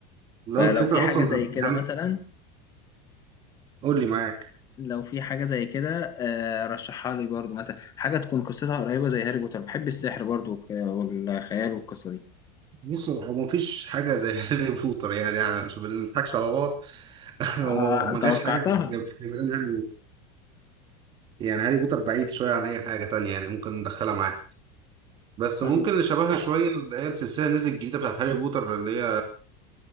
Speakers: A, on the right; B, on the left.
A: اللي
B: فلو
A: هو الفكرة
B: في حاجه
A: أصلا
B: زي كده
A: يعني
B: مثلا
A: قول لي معاك
B: لو في حاجة زي كده آه، رشحها لي برضو مثلا حاجة تكون قصتها قريبة زي هاري بوتر بحب السحر برضو وك- والخيال والقصة دي
A: بص هو مفيش حاجة زي <laughs> هاري بوتر يعني, يعني عشان ما نضحكش على بعض <laughs> هو
B: آه،
A: ما جاش
B: توقعتها
A: حاجة جاب- جاب- يعني هاري بوتر بعيد شوية عن أي حاجة تانية يعني ممكن ندخلها معاه بس
B: طيب
A: ممكن اللي شبهها شوية اللي هي السلسلة اللي نزلت الجديدة بتاعت هاري بوتر اللي هي